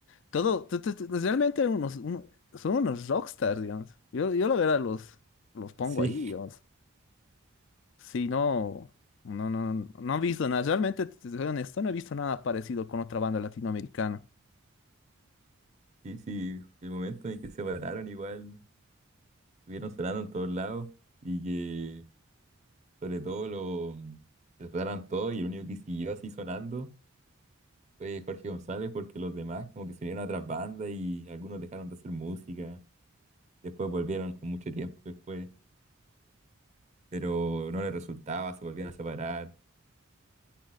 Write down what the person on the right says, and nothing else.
<laughs>
Sí.
Sí, sí, el momento en que se pararon igual, estuvieron sonando en todos lados y que sobre todo lo mm, se pararon todos y el único que siguió así sonando fue Jorge González porque los demás como que se unieron a otras bandas y algunos dejaron de hacer música, después volvieron con mucho tiempo después, pero no les resultaba, se volvían a separar